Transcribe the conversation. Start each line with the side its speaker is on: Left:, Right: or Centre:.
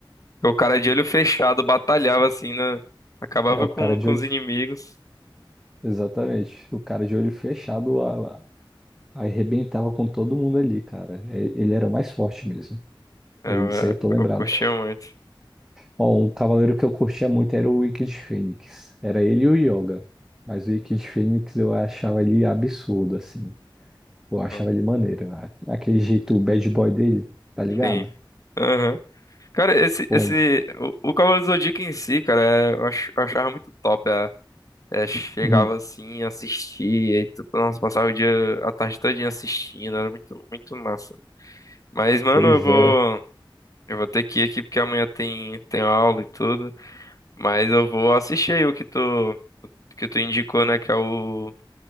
Left: O cara de olho fechado batalhava assim, né? Acabava
Centre: é o
Left: com,
Centre: cara de
Left: com
Centre: olho,
Left: os inimigos.
Centre: exatamente. O cara de olho fechado a, a- arrebentava com todo mundo ali, cara. É, Ele era o mais forte mesmo.
Left: É,
Centre: Eu-
Left: Eu,
Centre: Disso aí eu tô lembrado.
Left: eu curtia muito.
Centre: Ó, um cavaleiro que eu curtia muito era o Wicked Fênix. Era ele e o Yoga. Mas o Wicked Fênix eu achava ele absurdo, assim. Eu achava
Left: Hum,
Centre: ele maneiro. né? Aquele jeito bad boy dele, tá ligado?
Left: Sim. Aham. Cara, esse,
Centre: Bom,
Left: esse, o, o Cavaleiro do Zodíaco em si, cara, é- eu, ach- eu achava muito top. É, é, chegava
Centre: uhum.
Left: assim, assistia, e tu, nossa, passava o dia, a tarde todinha assistindo, era muito, muito massa. Mas, mano,
Centre: Pois
Left: eu vou,
Centre: é.
Left: eu vou ter que ir aqui porque amanhã tem, tem aula e tudo. Mas eu vou assistir aí o que tu, que tu indicou, né, que é o